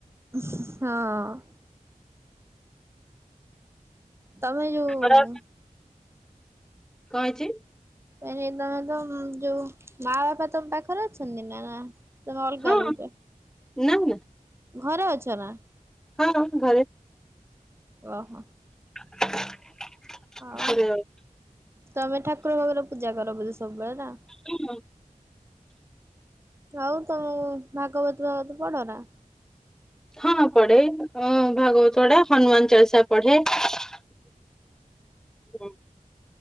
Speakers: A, on the right; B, in the centre.
A: ହଁ। ତମେ ଯୋଉ
B: ଖରା କଣ ହେଇଚି?
A: ତ ତମେ ତ ଯୋଉ ମା ବାପା ତମ ପାଖରେ ଅଛନ୍ତି ନା ନା? ତମେ ଅଲଗା
B: ହଁ
A: ରହୁଛ?
B: ନା ନା
A: ଘରେ ଅଛ ନା
B: ହଁଁ ଘରେ
A: ଓହୋ।
B: <inaudible>
A: ହଉ
B: ଘରେ
A: ତମେ ଠାକୁର ଫାକୁର ପୂଜା କର ବୋଧେ ସବୁବେଳେ ନା
B: ହୁଁ।
A: ଆଉ ତମ ଭାଗବତ ଫାଗବତ ପଢ ନା?
B: ହଁ ପଢେ ଭାଗବତ ପଢେ ହନୁମାନ ଚାଳିଶା ପଢେ। ହୁଁ <inaudible>